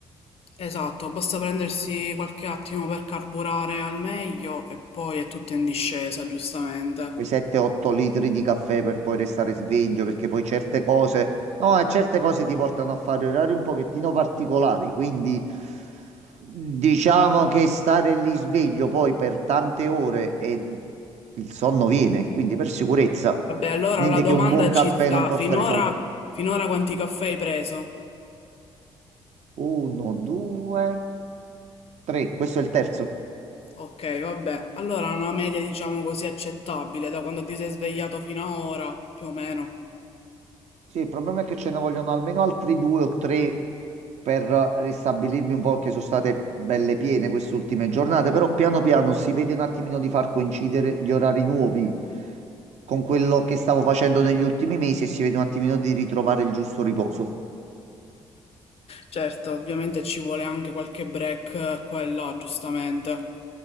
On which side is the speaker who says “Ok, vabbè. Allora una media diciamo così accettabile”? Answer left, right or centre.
Left